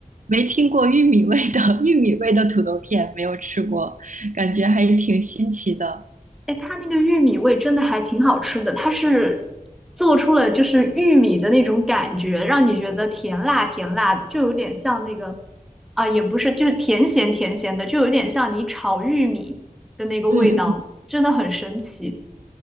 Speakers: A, on the right; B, in the centre.
A: 没听过玉米味的 <laughs> 玉米味的土豆片，没有吃过，感觉还挺新奇的。
B: 哎，它那个玉米味真的还挺好吃的，它是做出了就是玉米的那种感觉，让你觉得甜辣甜辣的，就有点像那个啊，也不是，就是甜咸甜咸的，就有点像你炒玉米的那个味道，
A: 嗯
B: 真的很神奇。